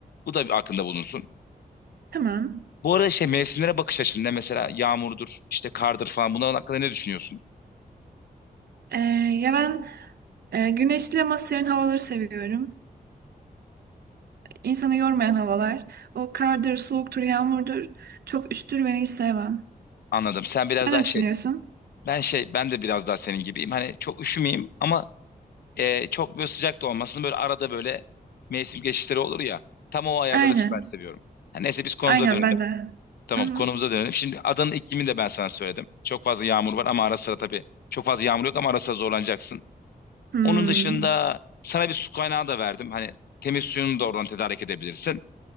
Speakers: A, on the left; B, on the right.
A: Bu da bir aklında bulunsun.
B: Tamam.
A: Bu arada şey mevsimlere bakış açında mesela yağmurdur, işte kardır falan bunların hakkında ne düşünüyorsun?
B: E, ya ben e, güneşli ama serin havaları seviyorum. İnsanı yormayan havalar. O kardır, soğuktur, yağmurdur. Çok üşütür beni hiç sevmem.
A: Anladım. Sen biraz
B: Sen
A: daha
B: ne
A: şey,
B: düşünüyorsun?
A: ben şey, ben de biraz daha senin gibiyim. Hani çok üşümeyeyim ama e, çok böyle sıcak da olmasın. Böyle arada böyle mevsim geçişleri olur ya. Tam o ayarları
B: Aynen.
A: ben seviyorum. Ha, neyse biz konumuza
B: Aynen
A: dönelim.
B: ben de.
A: Tamam
B: Hı hı.
A: konumuza dönelim. Şimdi adanın iklimini de ben sana söyledim. Çok fazla yağmur var ama ara sıra tabii çok fazla yağmur yok ama ara sıra zorlanacaksın.
B: Hmm.
A: Onun dışında sana bir su kaynağı da verdim. Hani temiz suyunu da oradan tedarik edebilirsin.